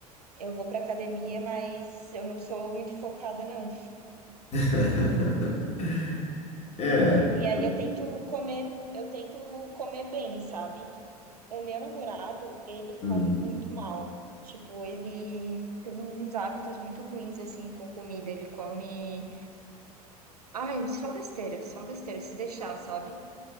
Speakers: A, on the right (about 80°); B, on the left (about 35°).
A: Eu vou pra academia, mas eu não sou muito focada, não.
B: <laughs> É,
A: E
B: eu
A: aí eu tento comer, eu tento comer bem, sabe? O meu namorado, ele come
B: hum,
A: muito mal. Tipo, ele tem uns hábitos muito ruins assim com comida. Ele come, ai, só besteira, só besteira, se deixar, sabe?